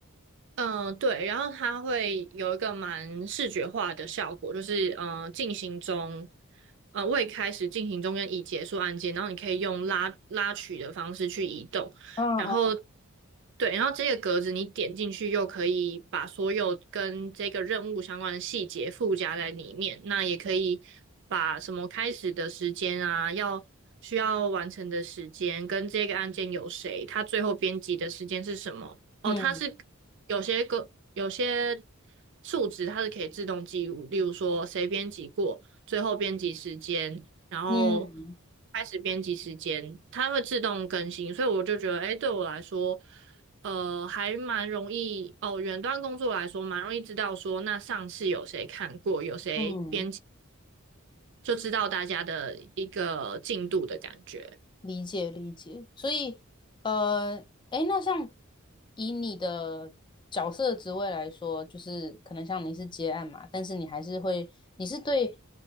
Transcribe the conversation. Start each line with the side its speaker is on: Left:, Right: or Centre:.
Right: 嗯，对，然后它会有一个蛮视觉化的效果，就是嗯进行中，呃，未开始进行中跟已结束按键，然后你可以用拉拉取的方式去移动，
Left: 嗯
Right: 然后对，然后这个格子你点进去又可以把所有跟这个任务相关的细节附加在里面，那也可以把什么开始的时间啊，要需要完成的时间跟这个案件有谁，它最后编辑的时间是什么。哦，
Left: 嗯
Right: 它是有些个有些数值它是可以自动记录，例如说谁编辑过，最后编辑时间，然后
Left: 嗯
Right: 开始编辑时间，它会自动更新，所以我就觉得，哎，对我来说，呃，还蛮容易哦。远端工作来说，蛮容易知道说，那上次有谁看过，有谁编辑，
Left: 嗯嗯。
Right: 就知道大家的一个进度的感觉。
Left: 理解理解，所以呃，诶，那像以你的角色职位来说，就是可能像你是接案嘛，但是你还是会，你是对